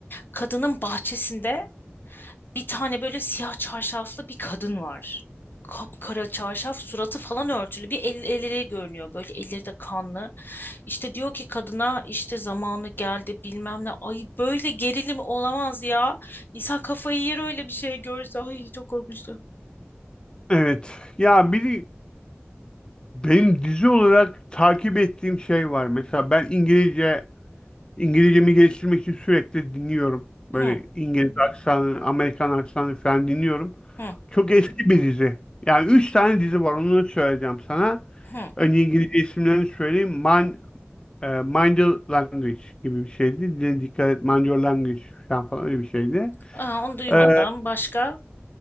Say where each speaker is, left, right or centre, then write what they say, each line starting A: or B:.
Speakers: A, on the left; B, on the left.
A: kadının bahçesinde Bir tane böyle siyah çarşaflı bir kadın var. Kapkara çarşaf, suratı falan örtülü. Bir el, elleri görünüyor. Böyle elleri de kanlı. İşte diyor ki kadına işte zamanı geldi bilmem ne. Ay böyle gerilim olamaz ya. İnsan kafayı yer öyle bir şey görse. Ay çok korkmuştu.
B: Evet. Ya bir benim dizi olarak takip ettiğim şey var. Mesela ben İngilizce İngilizcemi geliştirmek için sürekli dinliyorum. Böyle
A: Hı
B: İngiliz aksanı, Amerikan aksanı falan dinliyorum.
A: hı
B: Çok eski bir dizi. Yani üç tane dizi var. Onu da söyleyeceğim sana.
A: hı.
B: Önce İngilizce isimlerini söyleyeyim. Mind, e, Mind Your Language gibi bir şeydi. Dile dikkat et, Mind Your Language falan, falan öyle bir şeydi.
A: Aa, onu duymadım.
B: Ee,
A: Başka?